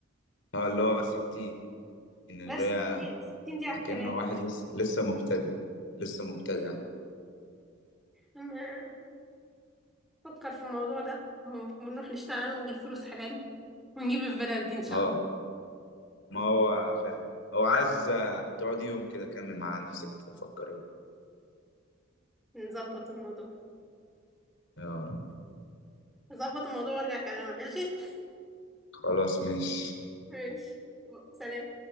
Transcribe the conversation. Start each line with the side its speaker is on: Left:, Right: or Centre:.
Left: اه اللي هو 60 اللي
Centre: بس
Left: هي
Centre: 60 دقيقة 60 دقيقة على
Left: اكنه
Centre: الكباري
Left: واحد لسه لسه مبتدئ لسه مبتدئ يعني
Centre: أما فكر في الموضوع ده ون- ونروح نشتغل ونجيب فلوس حلال ونجيب الفيلا دي ان شاء
Left: اه
Centre: الله
Left: ما هو فعلا هو عايز آه، تقعدي يوم كده كامل مع نفسك تفكري بقى
Centre: نظبط الموضوع
Left: يا رب
Centre: نظبط الموضوع وارجع اكلمك ماشي
Left: خلاص ماشي
Centre: ماشي سلام